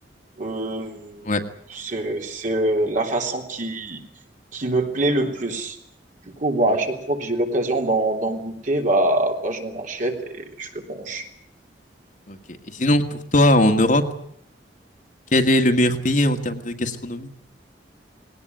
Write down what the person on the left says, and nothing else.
Ouais,
ok,
ok. Et sinon, pour toi, en Europe, quel est le meilleur pays en termes de gastronomie?